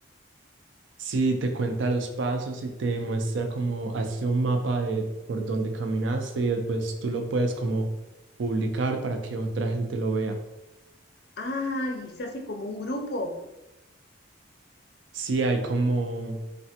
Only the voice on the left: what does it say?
Ah, y se hace como un grupo